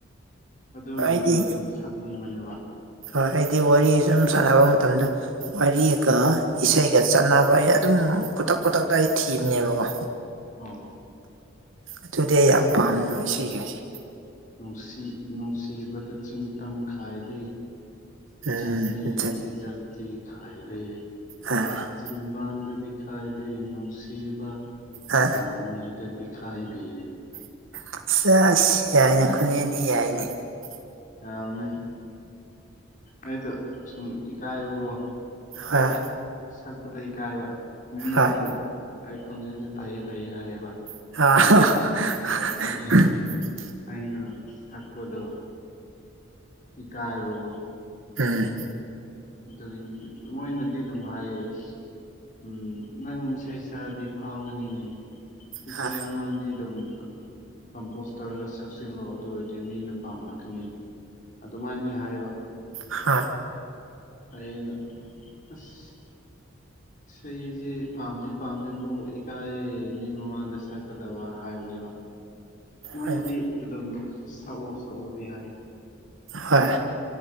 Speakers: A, on the left; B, on the right.
A: ꯑꯗꯨꯒꯨꯝꯕꯗꯣ
B: ꯑꯩꯗꯤ
A: ꯑꯗꯨꯝ ꯊꯛꯅꯤꯡꯕꯅꯦꯕ
B: ꯍꯣꯏ ꯑꯩꯗꯤ ꯋꯥꯔꯤ ꯁꯨꯝ ꯁꯥꯟꯅꯕ ꯃꯇꯝꯗ ꯋꯥꯔꯤꯒ ꯏꯁꯩꯒ ꯆꯥꯟꯅꯕ ꯑꯩ ꯑꯗꯨꯝ ꯎꯝ ꯈꯨꯗꯛ- ꯈꯨꯗꯛꯇ ꯑꯩ ꯊꯤꯕꯅꯦꯕꯀꯣ
A: INAUDIBLE
B: ꯑꯗꯨꯗꯤ ꯑꯩ ꯌꯥꯝ ꯄꯥꯝꯕ ꯏꯁꯩꯒꯁꯦ
A: ꯅꯨꯡꯁꯤ- ꯅꯨꯡꯁꯤꯕꯗ ꯆꯤꯡ- ꯇꯝ ꯈꯥꯏꯗꯦ
B: ꯎꯝ
A: ꯖꯥꯇꯤ-
B: ꯖꯠ
A: ꯕꯤꯖꯥꯇꯤ ꯈꯥꯏ ꯗꯦ
B: ꯑꯥ
A: ꯆꯤꯟꯕꯥꯟꯗꯗꯤ ꯈꯥꯏꯗꯦ ꯅꯨꯡꯁꯤꯕ
B: ꯑꯥ
A: ꯊꯝꯃꯣꯏꯗꯗꯤ ꯈꯥꯏꯕꯤ
B: UNINTELLIGIBLE
A: ꯌꯥꯕꯅꯦ ꯑꯩꯗꯣ ꯁꯨꯝ ꯏꯀꯥꯏꯕ ꯀꯣ
B: INAUDIBLE
A: ꯁꯛꯄꯗꯨ ꯏꯀꯥꯏꯕ ꯃꯤꯅꯗꯤ
B: ꯍꯣꯏ
A: ꯑꯗꯨꯝ ꯑꯩ ꯈꯣꯟꯖꯦꯜꯖꯤ ꯐꯩꯌꯦ ꯐꯩꯌꯦ ꯍꯥꯏꯌꯦꯕ
B: INAUDIBLE
A: ꯑꯗ ꯑꯩꯅ ꯑꯩꯅ ꯁꯛꯄꯗꯣ ꯏꯀꯥꯏꯕ ꯀꯣ
B: INAUDIBLE
A: ꯑꯗꯨꯒꯤ ꯃꯣꯏꯅꯗꯤ ꯑꯗꯨꯝ ꯍꯥꯏꯌꯦ ꯎꯝ ꯅꯪ ꯏꯁꯩ ꯁꯛꯑꯗꯤ ꯐꯥꯎꯒꯅꯤꯅꯦ ꯏꯁꯩ
B: ꯍꯣꯏ
A: ꯑꯃꯅꯤꯅꯤ ꯑꯗꯨꯝ ꯀꯝꯄꯣꯖ ꯇꯧꯔꯒ ꯁꯛꯆꯤꯜꯂꯣ ꯑꯗꯨ ꯑꯣꯏꯔꯗꯤ ꯃꯤꯅ ꯄꯥꯝꯂꯛꯀꯅꯤ ꯑꯗꯨꯃꯥꯏꯅꯗꯤ ꯍꯥꯏꯑꯦꯕ
B: INAUDIBLE
A: ꯑꯩꯅ ꯑꯥꯁ ꯏꯁꯩꯖꯤ ꯄꯥꯝꯗꯤ ꯄꯥꯝꯃꯦꯕꯨ ꯏꯀꯥꯏꯌꯦ ꯃꯤ ꯃꯃꯥꯡꯗ ꯁꯛꯀꯗꯕ ꯍꯥꯏꯕꯅꯦꯕ ꯃꯣꯏꯅꯗꯤ
B: ꯍꯣꯏ
A: ꯑꯗꯨꯝ ꯁꯛꯑꯣ-ꯁꯛꯑꯣꯗꯤ ꯍꯥꯏ
B: ꯍꯣꯏ